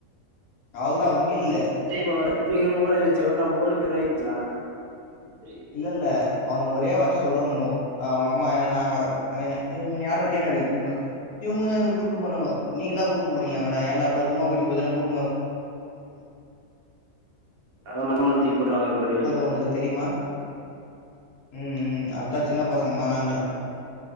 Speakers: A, on the left; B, on the right.
A: அவள்தா ஒன்னில்ல
B: <unintelligible>
A: இல்ல இல்ல அவனுங்க ஒரே வார்த்த சொல்றானுங்கோ அவங்கம்மா எதனா அவுங்கதெனா <unintelligible> உன்ன யார்ரா தேநடைக்கு கூட்னு இவுங்க தா என்ன கூட்டுனு போணாங்கோ நீங்க தா கூட்டுனு போனீங்களா மேடா ஏன்டா பத்துரூமா போய்ட்டு பத்தரமா கூட்டு
B: ஆமா நம்மேல தூக்கி போட்றாங்க பலி
A: ஒண்ணுது தெரியுமா ம் ம் அதா சின்ன பசங்க வேணாண்ற